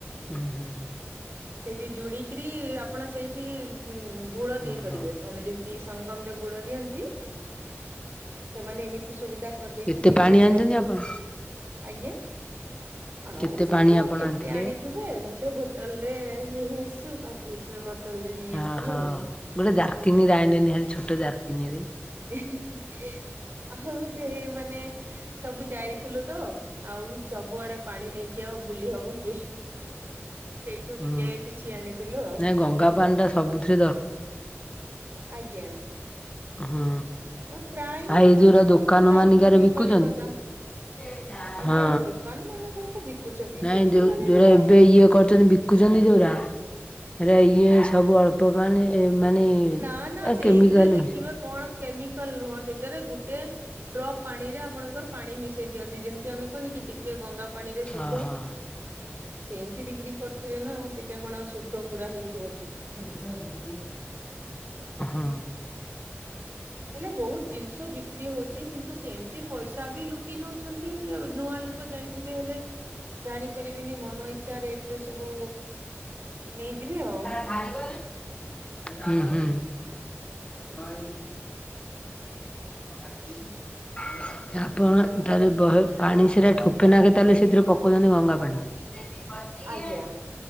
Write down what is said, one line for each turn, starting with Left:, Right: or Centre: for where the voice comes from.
Left: ହୁଁ ହୁଁ।
Right: ସେଇଠି ଯୁଡିକିରି ଆପଣ ସେଇଠି ବୁଡ ଦେଇ
Left: ଓହୋ
Right: ପାରିବେ ମାନେ ଯେମି- ତି ସଙ୍ଗମରେ ବୁଡ ଦିଅନ୍ତି ସେମାନେ ଏମିତି ସୁବିଧା କରିଦେଇଛନ୍ତି
Left: କେତେ ପାଣି
Right: ବୁଡିବା
Left: ଆଣିଛନ୍ତି ଆପଣ
Right: ଆଜ୍ଞା। ଆଉ
Left: କେତେ
Right: ସେଠୁ
Left: ପାଣି
Right: ଆଉ
Left: ଆପଣ
Right: କେତେ
Left: ଆଣିଥିଲେ?
Right: ଆଣିଥିବେ ଗୋଟେ ବୋଟଲ ରେ ନେଇ ଆସିଛୁ ପାଞ୍ଚ ଲି- ଟର ବୋଟଲରେ ନେଇ
Left: ଓହୋ
Right: ଆସିଥିଲୁ ଆଉ।
Left: ଗୋଟେ ଜାରକିନୀରେ ଆଣିଲେନି ହାରି ଛୋଟ ଜାରକିନି ରେ।
Right: ହ ଆଉ ସେଇ ମାନେ ସବୁ ଯାଇଥିଲୁ ତ ଆଉ ସବୁଆଡେ ପାଣି ନେଇକି ଆଉ ବୁଲି ହବ କି। ସେଇଠୁ
Left: ହୁଁ।
Right: ଟିକେ କିଛି ଆଣିଥିଲୁ ଆଉ
Left: ନାଇଁ ଗଙ୍ଗା ପାଣି ଟା ସବୁଥିରେ
Right: ଆଜ୍ଞା।
Left: ହୁଁ
Right: ଅ, ପ୍ରାୟ
Left: ଆ
Right: ଆମର
Left: ଏଇ ଯୋଉର
Right: ସବୁ
Left: ଦୋକାନ
Right: ଯାଉଛନ୍ତି
Left: ମାନିକାରେ ବିକୁଛନ୍ତି।
Right: କଲିକତା। ଆଜ୍ଞା
Left: ହଁ
Right: ଦୋକାନ ମାନଙ୍କରେ ତ ବିକୁଛନ୍ତି
Left: ନାଇଁ
Right: ସେଠି
Left: ଯୋଉ
Right: ମାନେ
Left: ଯୋଉରା
Right: ଯଟା
Left: ଏବେ ଇଏ କରୁଛନ୍ତି ବି - କୁଛନ୍ତି ଯୋଉରା। ଏରା ଇଏ ସବୁ ଅଳ୍ପ ପାଣି ମାନେ
Right: ନା ନା
Left: ଏ
Right: ସେଇଥିରେ
Left: କେମିକାଲ
Right: ଦେଖିବେ
Left: ମି -
Right: କଣ କେମିକାଲ ନୁହଁ ସେଟାରେ ଗୁଟେ ଡ୍ରପ୍ ପାଣି ରେ ଆପଣଙ୍କର ପାଣି ମିଶେଇ ଦିଅନ୍ତି ଯେମିତି ଆମେ କହନି କି ଟିକେ ଗଙ୍ଗା ପାଣିରେ ଶୁଧ।
Left: ଓହୋ
Right: ସେମିତି ବିକ୍ରି କରୁଥିବେ ନା ଆଉ ସେଇଟା କଣ ଆଉ ଶୁଦ୍ଧ ପୁରା ହେଇଥିବ। କି
Left: ଦେଖା ହଉଛି ଯେ। ହଁ।
Right: ହେଲେ ବହୁତ ଜିନିଷ ବିକ୍ରି ହଉଛି କିନ୍ତୁ ସେମିତି ପଇସା ବି ଲୁଟି ନଉଛନ୍ତି ନୂଆ ଲୋ - ଲୋକ ଯାଇଥିବେ ହେଲେ। ଜାଣିପାରିବେନି ମନ ଇଚ୍ଛା ରେଟ ରେ ସବୁ ନେଇଯିବେ ଆଉ।
Left: ହୁଁ ହୁଁ। ଆଳୁ। ଆ ଯିବୁ। ଆପଣ ତାହେଲେ ବହେ ପାଣି ସେଟା ଠୋପେ ନାଖେ ତାହେଲେ ସେଥିରେ ପକଉଛନ୍ତି ଗଙ୍ଗାପାଣି। କି ସେମିତି କରୁଛି
Right: ଆଜ୍ଞା।
Left: ଯେ